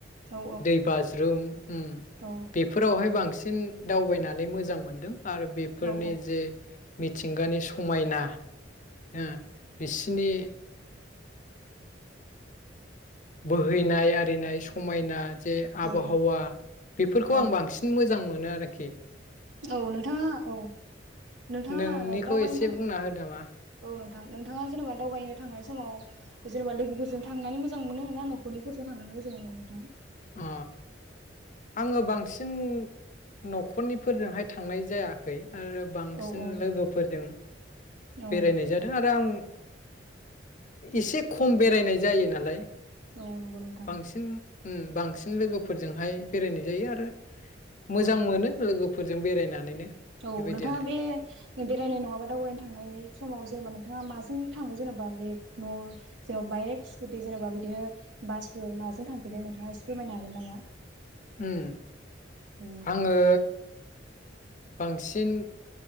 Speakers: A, on the right; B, on the left.
A: औ
B: दै बाज्रुम उम
A: औ
B: बेफोरावहाय बांसिन दावबायनानै मोजां मोनदों आरो बेफोरनि
A: औ
B: जे मिथिंगानि समायना ओ बिसिनि बोहैनाय आरिनाय समायना जे आबहावा
A: औ
B: बेफोरखौ
A: औ
B: आं बांसिन मोजां मो मोनो आरो खि
A: औ नोंथाङा औ नोंथाङा
B: नोंनिखौ
A: दावबायनो
B: एसे
A: थां
B: बुंना होदो नामा
A: औ नों थां नोंथाङा जेनेबा दावबायनो थांनाय समाव जेनेबा लोगोफोरजों थांनानै मोजां मोनो ना नखरनिफोरजों थांनानै मोजां मोनो?
B: अ आङो बांसिन नखरनिफोरजोंहाय थांनाय जायाखै आरो बांसिन
A: औ औ
B: लोगोफोरजों
A: औ
B: बेरायनाय जादों आरो आं एसे खम बेरायनाय जायो नालाय
A: औ नंगौ नोंथां।
B: बांसिन उम बांसिन लोगोफोरजोंहाय बेरायनाय जायो आरो मोजां मोनो लोगोफोरजों बेरायनानैनो
A: औ
B: बेबायदि
A: नोंथाङा
B: आरो
A: बे बेरायनाय नङाबा दावबायनो थांनाय समाव जेनेबा नोंथाङा माजों थाङो जेनेबा बेग न जेनेबा बाइक स्कुटि जेनबा बिदिनो बासफोर माजों थांफिदों नोंथाङा एसे फोरमायनो हागोन नामा?
B: उम
A: औ
B: आङो बांसिन